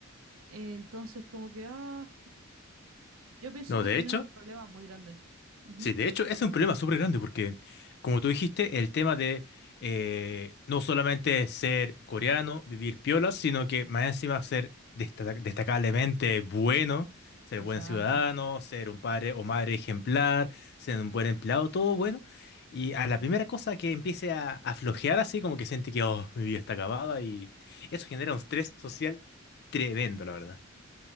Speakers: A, on the right; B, on the left.
A: entonces como que, ah, yo pienso
B: No,
A: que
B: de
A: tienen
B: hecho.
A: un problema muy grande. Ujú,
B: Sí, de hecho, ese es un problema súper grande porque, como tú dijiste, el tema de eh, no solamente ser coreano, vivir piola, sino que más encima ser desta- destacablemente bueno, ser
A: Exacto.
B: buen ciudadano, ser un padre o madre ejemplar, ser un buen empleado, todo bueno. Y a la primera cosa que empiece a, a flojear así, como que siente que, oh, mi vida está acabada y eso genera un estrés social tremendo, la verdad.